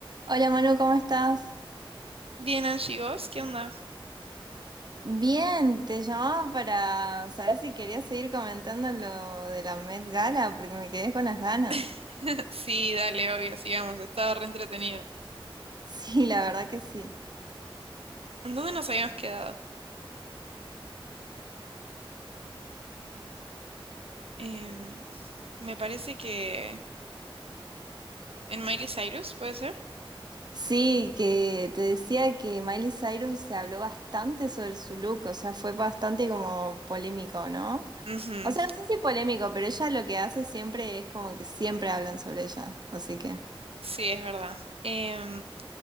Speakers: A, on the right (about 45°); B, on the right (about 85°).
A: Hola Manu, ¿cómo estás?
B: Bien, Angie, ¿vos? ¿Qué onda?
A: Bien, te llamaba para saber si querías seguir comentando lo de la Met Gala, porque me quedé con las ganas.
B: <laughs> Sí, dale, obvio, sigamos, estaba re entretenido.
A: <laughs> Sí, la verdad que sí.
B: ¿En dónde nos habíamos quedado? Em, me parece que en Miley Cyrus, ¿puede ser?
A: Sí, que te decía que Miley Cyrus se habló bastante sobre su look, o sea, fue bastante como polémico, ¿no?
B: Ujú,
A: O sea, no sé si polémico, pero ella lo que hace siempre es como que siempre hablan sobre ella, así que...
B: Sí, es verdad. Em,